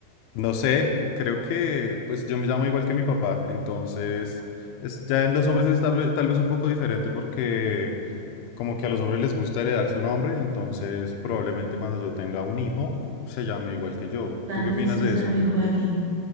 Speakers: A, on the left; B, on the right.
A: no sé, creo que pues yo me llamo igual que mi papá. Entonces, es, ya en los hombres es tal, ve- tal vez un poco diferente porque Como que a los hombres les gusta heredar su nombre, entonces probablemente cuando yo tenga un hijo se llame igual que yo.
B: También
A: ¿Tú qué opinas
B: se
A: de
B: llama
A: eso?
B: Joaquín.